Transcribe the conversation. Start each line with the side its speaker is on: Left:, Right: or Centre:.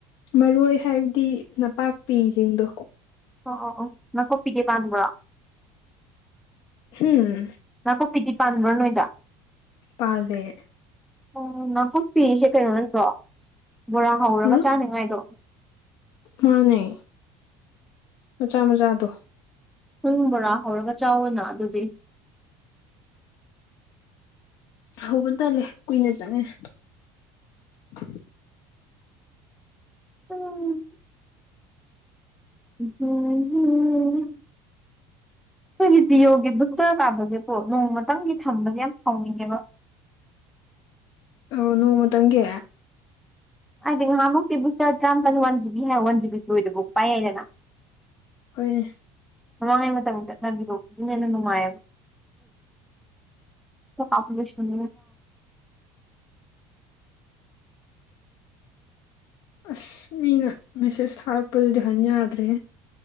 Left: ꯃꯔꯣꯏ ꯍꯥꯏꯕꯗꯤ ꯅꯄꯥꯛꯄꯤꯁꯤꯡꯗꯣ
Centre: ꯑꯣ ꯑꯣ ꯑꯣ ꯅꯥꯀꯨꯞꯄꯤꯒꯦ ꯄꯥꯟꯕ꯭ꯔꯣ
Left: ꯍꯝ
Centre: ꯅꯥꯀꯨꯞꯄꯤꯤꯗꯤ ꯄꯥꯟꯕ꯭ꯔꯣ ꯅꯣꯏꯗ
Left: ꯄꯥꯂꯦ
Centre: ꯑꯣ ꯅꯥꯀꯣꯛꯄꯤꯔꯤꯁꯦ ꯀꯩꯅꯣ ꯅꯠꯇ꯭ꯔꯣ ꯕꯣꯔꯥ ꯍꯧꯔꯒ
Left: ꯎꯝ
Centre: ꯆꯥꯅꯤꯉꯥꯏꯗꯣ
Left: ꯃꯥꯅꯦ ꯃꯆꯥ ꯃꯆꯥꯗꯣ
Centre: ꯄꯨꯡ ꯕꯣꯔꯥ ꯍꯧꯔꯒ ꯆꯥꯎꯋꯦꯅ ꯑꯗꯨꯗꯤ
Left: ꯍꯧꯕ ꯇꯜꯂꯦ ꯀꯨꯏꯅ ꯆꯪꯉꯦ <inaudible>
Centre: <inaudible> <unintelligible> ꯑꯩꯈꯣꯏꯒꯤ ꯖꯤꯌꯣꯒꯤ ꯕꯨꯁꯇꯔ ꯀꯥꯕꯁꯦꯀꯣ ꯅꯣꯡꯃꯇꯪꯒꯤ ꯊꯝꯕꯁꯦ ꯌꯥꯝ ꯁꯥꯎꯅꯤꯡꯉꯦꯕ
Left: ꯑꯣ ꯅꯣꯡꯃꯇꯪꯒꯤ
Centre: ꯍꯥꯏꯗꯤ ꯉꯥꯏꯍꯥꯃꯨꯛꯇꯤ ꯕꯨꯁꯇꯔ ꯇꯔꯥꯝꯄ ꯋꯥꯟ ꯖꯤꯕꯤ ꯍꯥꯏꯔ ꯋꯥꯟ ꯖꯤꯕꯤ ꯂꯣꯏꯗꯕꯐꯥꯎ ꯄꯥꯏ ꯌꯥꯏꯗꯅ
Left: ꯍꯨꯏ
Centre: ꯃꯃꯥꯡꯉꯩ ꯃꯇꯝ ꯆꯠꯅꯕꯤꯗꯣ ꯑꯗꯨꯝ ꯍꯦꯟꯅ ꯅꯨꯡꯉꯥꯏꯌꯦꯕ ꯄꯣꯄꯨꯂꯦꯁꯟ
Left: ꯑꯁ ꯃꯤꯅ ꯃꯦꯁꯦꯁ ꯊꯥꯔꯛꯄꯗꯨꯗꯤ ꯍꯟ ꯌꯥꯗ꯭ꯔꯦ